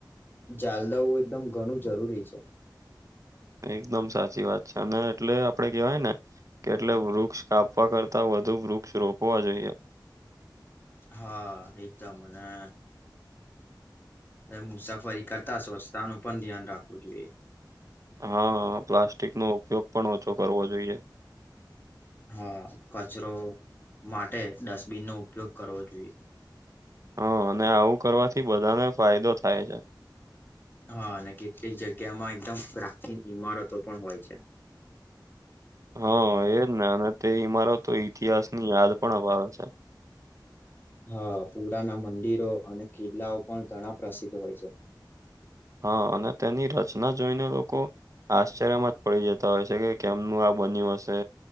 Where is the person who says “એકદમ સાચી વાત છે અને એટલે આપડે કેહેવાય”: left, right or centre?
Right